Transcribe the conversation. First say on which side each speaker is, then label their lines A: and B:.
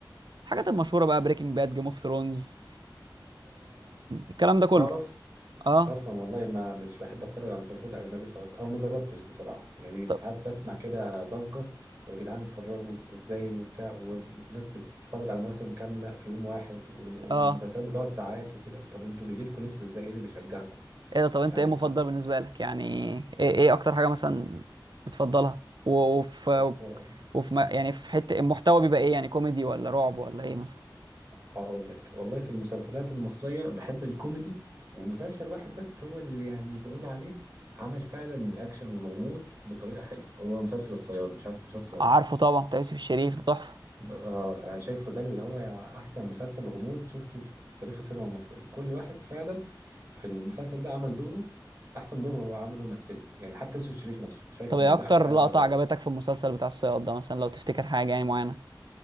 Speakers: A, on the right; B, on the right.
A: الحاجات المشهوره بقى بريكنج باد جيم اوف ثرونز الكلام ده كله
B: تعرف
A: اه
B: تعرف أنا والله ما مش بحب اتفرج على مسلسلات اجنبي خالص او ما جربتش بصراحه يعني
A: طب
B: ساعات بسمع كده ضجه ويا جدعان اتفرجوا ازاي وبتاع والناس بتتفرج على مواسم كامله في يوم واحد وال- والمسلسلات
A: اه
B: بتقعد ساعات وكده طب انتوا بيجي لكم نفس ازاي ايه اللي بيشجعكم
A: ايه ده طب انت
B: مش عارف
A: ايه مفضل بالنسبه لك يعني ايه ايه اكتر حاجه مثلا بتفضلها و- وفي
B: انا
A: وفي ما- يعني في حته المحتوى بيبقى ايه يعني كوميدي ولا رعب ولا ايه مثلا
B: هقول لك والله في المسلسلات المصرية بحب الكوميدي ومسلسل واحد بس هو اللي يعني بقول عليه عمل فعلا الأكشن والغموض بطريقة حلوة هو مسلسل الصياد مش عارف أنت شفته ولا
A: عارفه
B: لأ
A: طبعا بتاع يوسف الشريف ده تحفه
B: ب- آه أنا شايفه ده اللي هو أحسن مسلسل غموض شفته في تاريخ السينما المصرية كل واحد فعلا في المسلسل ده عمل دوره أحسن دور هو عمله مثله يعني حتى يوسف الشريف نفسه شايف
A: طب
B: إن
A: ايه اكتر
B: ده أحلى حاجة
A: لقطة
B: يقدر
A: عجبتك في المسلسل بتاع الصياد ده مثلا لو تفتكر حاجة يعني معينة